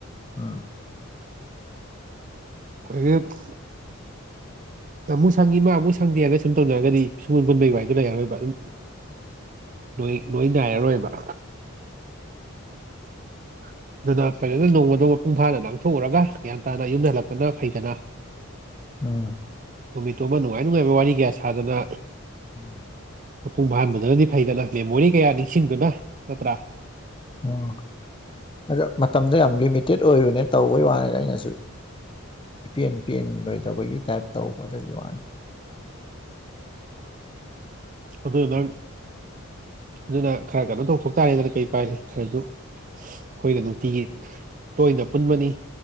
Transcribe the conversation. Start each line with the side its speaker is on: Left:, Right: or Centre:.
Left: ꯎꯝ
Right: <unintelligible> ꯑꯃꯨꯛ ꯁꯪꯉꯤ ꯃꯥ ꯑꯃꯨꯛ ꯁꯪꯗꯦꯅ ꯁꯨꯝ ꯇꯧꯅꯔꯒꯗꯤ ꯁꯨꯡꯄꯨꯟ ꯄꯨꯟꯕꯩ ꯋꯥꯔꯤꯗꯣ ꯂꯩꯔꯔꯣꯏꯕ ꯑꯗꯨꯝ
Left: <inaudible>
Right: ꯂꯣꯏ ꯂꯣꯏꯅꯥꯏꯔꯔꯣꯏꯕ ꯑꯗꯨꯅ ꯐꯖꯅ ꯅꯣꯡꯃꯗꯣ ꯃꯄꯨꯡ ꯐꯥꯅ ꯂꯥꯡꯊꯣꯛꯎꯔꯒ ꯒ꯭ꯌꯥꯟ ꯇꯥꯅ ꯌꯨꯝꯗ ꯍꯜꯂꯛꯄꯅ ꯐꯩꯗꯅ
Left: ꯎꯝ
Right: ꯅꯣꯃꯤꯠ ꯇꯣꯃ ꯅꯨꯡꯉꯥꯏ ꯅꯨꯡꯉꯥꯏꯕ ꯋꯥꯔꯤ ꯀꯌꯥ ꯁꯥꯗꯅ
Left: ꯎꯝ
Right: ꯃꯄꯨꯡ ꯐꯥꯍꯟꯕꯗꯨꯅꯗꯤ ꯐꯩꯗꯅ ꯃꯦꯃꯣꯔꯤ ꯀꯌꯥ ꯅꯤꯡꯁꯤꯡꯗꯨꯅ ꯅꯠꯇ꯭ꯔꯥ
Left: ꯃꯣꯡ ꯑꯗꯣ ꯃꯇꯝꯗꯣ ꯌꯥꯝ ꯂꯤꯃꯤꯇꯦꯠ ꯑꯣꯏꯕꯅꯦ ꯇꯧꯕꯩ ꯋꯥꯅꯤꯗ ꯑꯩꯅꯖꯨ ꯏꯄꯦꯟ <unintelligible> ꯇꯥꯏꯞ ꯇꯧꯕ ꯑꯗꯨꯒꯤ ꯋꯥꯅꯤ
Right: ꯑꯗꯨ ꯅꯪ ꯑꯗꯨꯅ ꯈꯔ ꯒꯗꯣ ꯇꯧꯊꯣꯛ ꯇꯥꯔꯦꯗꯅ ꯀꯩ ꯄꯥꯏ ꯂꯩ ꯈꯔꯁꯨ ꯑꯩꯈꯣꯏꯅ ꯅꯨꯡꯇꯤꯒꯤ ꯇꯣꯏꯅ ꯄꯨꯟꯕꯅꯤ